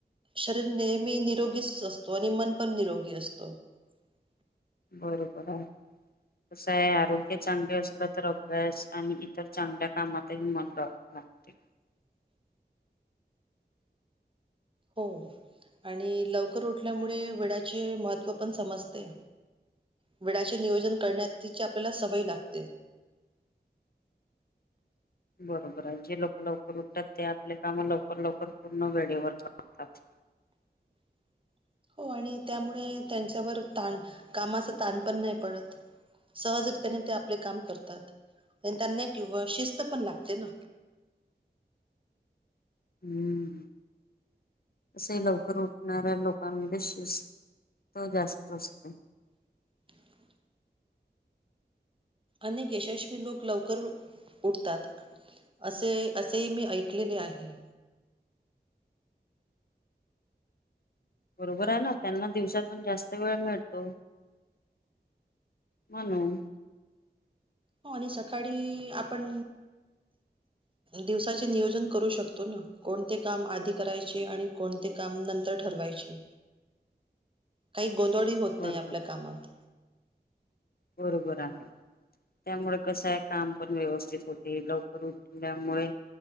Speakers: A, on the right (about 30°); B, on the left (about 60°).
A: शरीर नेहमी निरोगीच असतो आणि मन पण निरोगी असतो. <inaudible>
B: बरोबर आहे. कसाय आरोग्य चांगले असलं तर अभ्यास आणि इतर चांगल्या कामातही मन ल लागते.
A: <inaudible> हो. आणि लवकर उठल्यामुळे वेळाचे महत्त्व पण समजते. वेळाचे नियोजन करण्यात तीची आपल्याला सवय लागते. <inaudible>
B: बरोबर आहे जे लोक लवकर उठतात ते आपल्या काम लवकर लवकर पूर्ण वेळेवर करतात.
A: <inaudible> हो आणि त्यामुळे त्यांच्यावर ताण कामाच ताण पण नाही पडत. सहजरित्याने ते आपले काम करतात. आणि त्यांना किंवा शिस्त पण लागते ना.
B: हम्म. तसही लवकर उठणाऱ्या लोकांमध्ये शिस्त तो जास्त असतो.
A: <inaudible> अनेक यशस्वी लोक लवकर उठतात. असे असेही मी ऐकलेले आहे.
B: बरोबर आहे ना त्यांना दिवसातून जास्त वेळ मिळतो. म्हणून.
A: हो आणि सकाळी आपण दिवसाचे नियोजन करू शकतो ना कोणते काम आधी करायचे आणि कोणते काम नंतर ठरवायचे काही गोधळही होत
B: बरोबर
A: नाही आपल्या कामात.
B: बरोबर आहे त्यामुळे कसाय काम पण व्यवस्थित होते लवकर उठल्यामुळे